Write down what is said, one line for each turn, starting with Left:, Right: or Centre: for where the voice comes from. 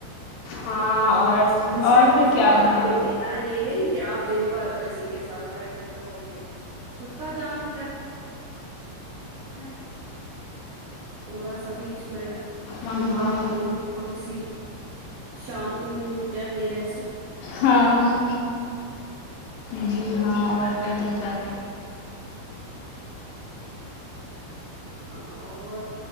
Left: ہاں اور
Right: بیچ
Left: اور
Right: میں
Left: پھر
Right: خود
Left: کیا
Right: کو آرام
Left: ہی ہے
Right: بھی دین نا یے نہیں کہ آپ دن بھر اسی کے ساتھ بیٹھے رہو گے خود کا دھیان بھی رکھنا نہیں تھوڑا سا بیچ میں
Left: ہاں
Right: دماغ
Left: ہاں
Right: کو بھی تھوڑی سی شانتی ملنی چاہیے رہ
Left: ہاں ہاں جی ہاں اور نہیں تو کیا
Right: ہاں اور